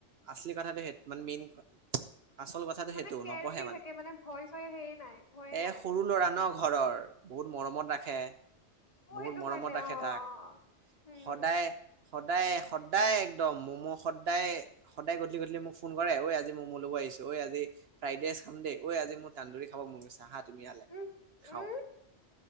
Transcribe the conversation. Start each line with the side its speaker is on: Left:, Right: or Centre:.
Right: আচলি কথাটো সেই মানে মেইন আচল কথাটো
Left: মানে
Right: সেইটো
Left: কেয়াৰ
Right: নপঢ়ে
Left: ফ্ৰী থাকে, মানে ভয় চয় সেয়ে নাই, ভয়ে
Right: এ
Left: নাই।
Right: সৰু ল'ৰা ন ঘৰৰ, বহুত মৰমত ৰাখে।
Left: উম'
Right: বহুত
Left: সেইটো
Right: মৰমত
Left: কাৰণে
Right: ৰাখে
Left: অহ,
Right: তাক
Left: অহ, উম।
Right: সদায় সদায় সদায় একদম ম'ম' সদায়, সদায় গধূলি-গধুলি মোক ফোন কৰে ঐ আজি ম'ম' ল'ব ঐ আজি ফ্ৰাইড ৰাইচ খাম দেই, ঐ মোৰ তান্দোৰি খাব মন গৈছে, আহা তুমি ইয়ালে।
Left: উম
Right: খাওঁ।
Left: উম